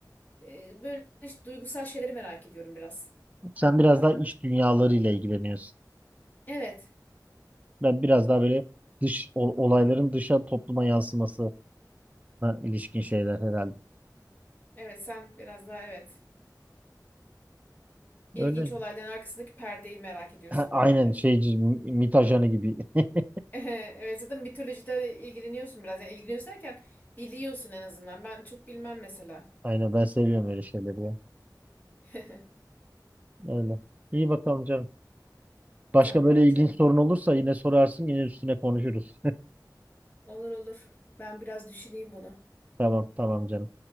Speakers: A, on the left; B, on the right.
A: Ee, böyle işte duygusal şeyleri merak ediyorum biraz.
B: Sen biraz daha iç dünyalarıyla ilgileniyorsun.
A: Evet.
B: Ben biraz daha böyle dış o- olayların dışa topluma yansımasına ilişkin şeyler herhalde.
A: Evet sen biraz daha evet. İlginç
B: Öyle.
A: olayların arkasındaki perdeyi merak ediyorsun
B: Ha, Aynen
A: belki de.
B: şeyci m- MİT ajanı gibi. <laughs>
A: <laughs> Evet zaten mitolojide ilgileniyorsun biraz. Yani ilgileniyorsun derken biliyorsun en azından. Ben çok bilmem mesela.
B: Aynen ben seviyorum öyle şeyleri ya.
A: <laughs>
B: Öyle. İyi bakalım canım. Başka
A: Tamam
B: böyle
A: canım.
B: ilginç sorun olursa yine sorarsın yine üstüne konuşuruz.
A: Olur olur. Ben biraz düşüneyim bunu.
B: Tamam tamam canım.